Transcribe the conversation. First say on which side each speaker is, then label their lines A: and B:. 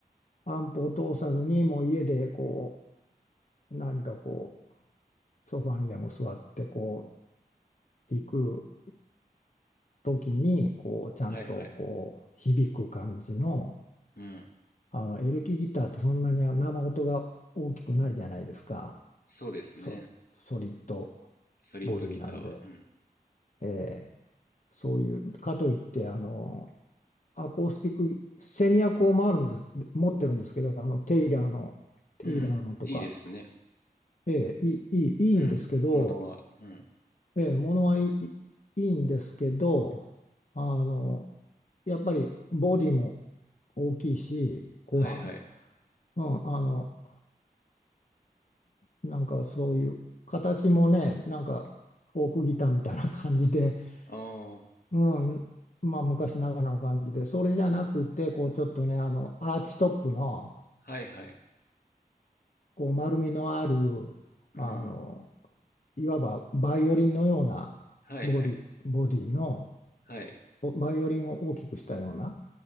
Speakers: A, on the left; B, on the left.
A: うアンプを通さずにもう家でこう何かこうソファにでも座ってこう弾く時にこうちゃんとこう響く感じの、
B: はいはい。うん。
A: あのエレキギターってそんなに生音が大きくないじゃないですか
B: そうですね。
A: ソ、ソリッド
B: ソリッドギターは。
A: ボディなんで、
B: うん。
A: えーそういうかといってあのアコースティック、セミアコを回るんです、持ってるんですけど、あのテイラーの、テイラーのとか、
B: うん。いいですね。
A: ええ、いい、いいいいんですけど、
B: うん。ものは。うん。
A: ええ、ものはいい、いいんですけど、あの、やっぱりボディも大きいし、こう、
B: はいはい。
A: <laughs> うん、あの、なんかそういう形もね、なんかフォークギターみたいな感じで、
B: ああ。
A: <laughs> うん、まあ昔ながらの感じで、それじゃなくて、こうちょっとね、あの、アーチトップの、
B: はいはい。
A: こう丸みのある
B: うん。
A: あのいわばバイオリンのようなボディ、
B: はいはい。
A: ボディの
B: はい。
A: おバイオリンを大きくしたような、